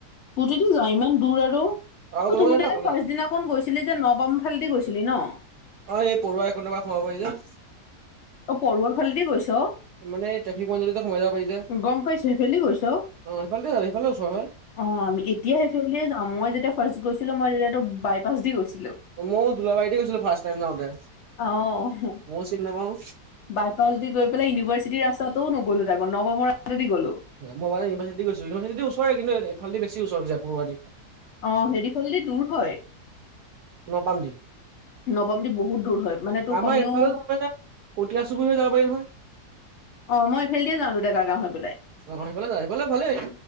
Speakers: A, on the left; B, on the right.
A: কুটিটো যাওঁ, ইমান দূৰ আৰু। অ',
B: আৰু কোনোবা
A: তুহঁতে
B: যায় নে অকলে
A: যে ফাৰ্ষ্ট
B: যাৱ?
A: দিনাখন গৈছিলি যে ন'বাম ফালেদি গৈছিলি ন?
B: অ', এই পৰুৱা এইকনৰ পৰা সোমাব পৰি যে।
A: অ', পৰুৱাৰ ফালেদি গৈছ?
B: মানে এই ট্ৰেফিক পইন্ট দি সমাই যাব পাৰি যে। সেইফালে
A: গম পাইছো সেইফালেদি গৈছ
B: দি সেইফালেও দি ওচৰ হয়্।
A: অ', আমি এতিয়া সেইফালে যাওঁ। মই যেতিয়া ফাৰ্ষ্ট গৈছিলোঁ মই তেতিয়ো বাইপাছ দি গৈছিলোঁ।
B: ময়ো দুলাৰীতে গৈছিলোঁ ফাৰ্ষ্ট টাইম যাওঁতে।
A: অ'।
B: ময়ো চিনি নাপাওঁ।
A: বাইপাছ দি গৈ পেলাই ইউনিভাৰৰ্চিটিৰ ৰাস্তাও নগ'লোঁ তাকো, নৱমৰ ৰাস্তা দি গ'লোঁ।
B: মই বাৰু ইউনিভাৰ্চি দি গৈছোঁ। ইউনিভাৰ্চিটি দি ওচৰে কিন্তু এইফলে দি বেছি ওচৰ হৈ জাই পৰুৱা দি।
A: অ', হেৰিফলদি দূৰ হয়।
B: ন'পাম দি।
A: ন'ৱম দি বহুত দূৰ হয় মানে তোৰ
B: আমাৰ
A: কমেও
B: এইফালে যাব পাৰে পতিয়া চুবুৰি হৈ যাব পাৰি নহয়।
A: অ', মই ইফেল দিয়ে যাওঁতো ডেকা গাওঁ হৈ পেলাই।
B: অ সেইফালে যায়, সেইফালে ভালেই